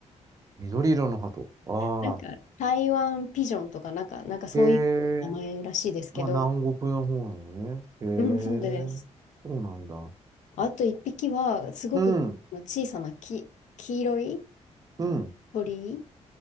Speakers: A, on the right (about 30°); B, on the left (about 75°).
A: 緑色の鳩。ああ。
B: なんか台湾ピジョンとかなんか、なんかそういう名前らしいですけど、
A: へえ、まあ南国の方なのね。へえ、
B: うん、そうです。
A: そうなんだ。
B: あと一匹はすごく小さなき、
A: うん、
B: 黄色い
A: うん、
B: 鳥。